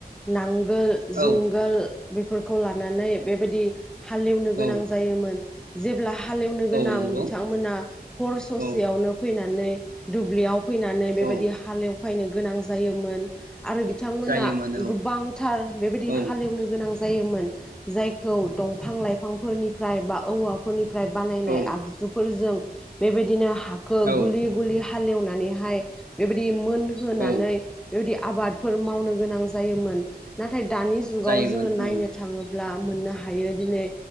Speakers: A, in the centre; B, on the right.
A: नांग गो
B: औ
A: जुंगाल बेफोरखौ लानानै बेबायदि हालेवनो
B: औ
A: गोनां जायोमोन जेब्ला हालेवनो
B: औ
A: गोनां
B: नंगौ
A: बिथांमोना हर ससेयावनो
B: औ
A: फैनानै दुब्लियाव फैनानै बेबायदि
B: औ
A: हालेवफैनो गोनां जायोमोन आरो बिथांमोना
B: जायोमोन
A: गोबांथार बेबायदि
B: औ
A: हालौनो गोनां जा जायोमोन जायखौ दंफां लाइफांफोरनिफ्राय बा औवाफोरनि ओमफ्राय बानायनाय
B: औ
A: आगजुफोरजों बेबायदिनो हाखो
B: औ
A: गुलि गुलि हालेवनानैहाय बेबायदि मोन होनानै
B: औ
A: बेबायदि आबाद फोर मावनो गोनां जायोमोन नाथाय दानि जुगाव
B: जायोमोन
A: जोंङो नायनो
B: औ
A: थांङोब्ला मोननो हायो दिनै